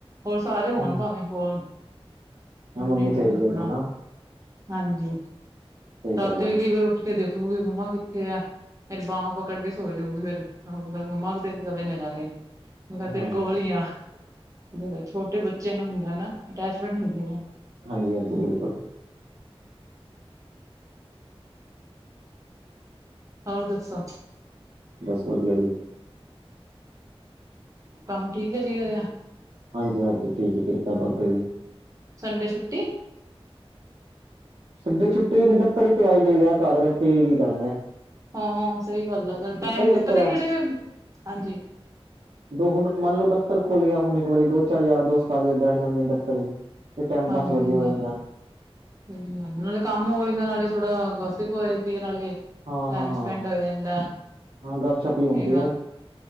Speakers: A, on the right; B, on the right.
A: ਹੋਰ ਸਾਰੇ ਹੋਣ
B: ਹੂੰ,
A: ਭਾਵੇਂ ਕੋਲ
B: ਹਾਂ
A: ਮੰਮੀ ਨੂੰ
B: ਚਾਹੀਦੀ
A: ਲੱਭਣਾ
B: ਹੈ ਤੂੰ ਨਾ
A: ਹਾਂਜੀ।
B: ਸਹੀ
A: ਰਾਤੀ
B: ਗੱਲ ਹੈ
A: ਵੀ ਕਈ ਵਾਰ ਉੱਠ ਕੇ ਦੇਖੂਗੀ ਮੰਮਾ ਕਿੱਥੇ ਆ। ਫੇਰ ਬਾਂਹ ਪਕੜ ਕੇ ਸੋ ਜਾਊਗੀ ਫੇਰ ਮੰਮਾ ਕਿਤੇ ਚਲੇ ਨਾ ਜਾਵੇ। ਮੈ ਤੇਰੇ
B: ਹਾਂ
A: ਕੋਲ ਈ ਆ। ਜਿਵੇ ਛੋਟੇ ਬੱਚੇ ਨੂੰ ਹੁੰਦਾ ਨਾ, ਅਟੈਚਮੈਂਟ ਹੁੰਦੀ ਹੈ।
B: ਹਾਂਜੀ-ਹਾਂਜੀ,
A: ਹਾਂਜੀ
B: ਬਿਲਕੁਲ।
A: ਹੋਰ ਦੱਸੋ?
B: ਬਸ ਵਧੀਆ ਜੀ‌।
A: ਕੰਮ ਠੀਕ ਚਲੀ ਜਾ ਰਿਹਾ?
B: ਹਾਂਜੀ-ਹਾਂਜੀ ਠੀਕ ਹੈ, ਕਿਰਪਾ ਬਾਬੇ ਦੀ।
A: ਸੰਡੇ ਛੁੱਟੀ?
B: ਸੱਡੇ ਛੁੱਟੀ ਮੈ ਦਫ਼ਤਰ ਹੀ ਪੈਅ ਇ ਜਾਈਦਾ, ਘਰ ਬੈਠ ਕੇ ਕੀ ਕਰਾਂਗਾ।
A: ਹਾਂ ਸਹੀ ਗੱਲ ਆ, ਚਲ ਟਾਈਮ
B: ਚੱਕਰ
A: ਪਤਾ
B: ਹੈ
A: ਕੀ ਜਿਹੜੇ, ਹਾਂਜੀ।
B: ਦੋ ਹੁਣ ਮੰਨ ਲਓ ਦਫ਼ਤਰ ਖੋਲ੍ਹ ਗਿਆ ਹੁਣ ਇੱਕ ਵਾਰੀ, ਦੋ-ਚਾਰ ਯਾਰ ਦੋਸਤ ਆ ਗਏ ਬੈਠ ਜਾਂਦੇ ਨੇ ਦਫ਼ਤਰ ਚ। ਤੇ ਟਾਈਮ
A: ਹਾਂਜੀ-ਹਾਂਜੀ।
B: ਪਾਸ ਵਧੀਆ ਹੋ ਜਾਂਦਾ
A: ਹਮ, ਨਾਲੇ ਕੰਮ ਹੋ ਜਾਂਦਾ। ਨਾਲੇ ਥੋੜਾ ਗੋਸਿਪ ਹੋ ਜਾਂਦੀ ਏ ਨਾਲੇ
B: ਹਾਂ
A: ਟਾਈਮ
B: ਹਾਂ ਹਾਂ
A: ਸਪੈੰਡ ਹੋ ਜਾਂਦਾ।
B: ਹਾਂ ਗੱਪ ਸ਼ੱਪ ਹੀ ਹੁੰਦੀ
A: ਇਹਗਾ
B: ਹੈ